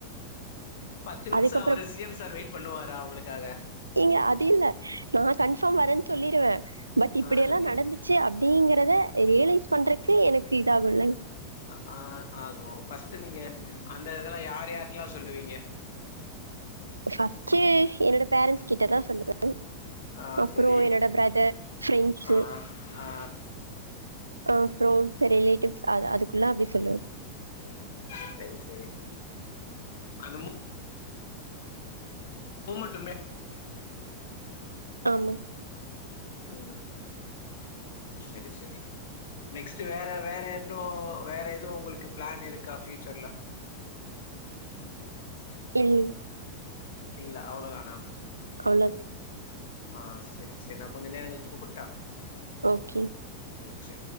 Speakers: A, on the left; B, on the right.
A: பத்து நிமிஷோ
B: அதுக்கப்புறம்
A: ஒரு சி எம் சார் வெயிட் பண்ணுவாரா உங்களுக்காக
B: ஏங்க அது இல்ல நா கன்ஃபார்ம் வரேன் சொல்லிருவே பட் இப்டியெல்லா
A: ஆ சரி
B: நடந்து ச்சு அப்டிங்கறத ரியலைஸ் பண்றக்கு எனக்கு இதாகுல்லங்
A: அ ஆ ஆகு பஃஸ்ட்டு நீங்க அந்த இதெல்லா யார் யார்டல்லா சொல்லுவீங்க
B: ஃபஸ்ட்டு என்னோட பேரன்ட்ஸ் கிட்டதா சொல்லுவே
A: ஆ
B: அப்புறோ
A: சரி
B: என்னோட பிரதர் ஃப்ரெண்ட்ஸு
A: ஆ ஆ
B: அப்றோ ரிலேட்டிவ்ஸ் அது அதுக்குள்ள அப்டி சொல்லுவே
A: ம் சரி சரி அந்த மு முமன்டுமே
B: ஆமா
A: ஆ சரி சரி நெக்ஸ்ட் வேற வேற இன்னு வேற எதுவு உங்களுக்கு ப்ளான் இருக்கா ஃபியூச்சர்ல
B: இல்ல
A: இல்ல அவ்ளோதானா
B: அவ்ளோதா
A: ஆ செரி செரி நா கொஞ்ச நேரோ கழிச்சி கூப்புட்டா
B: ஓகே
A: ம் சே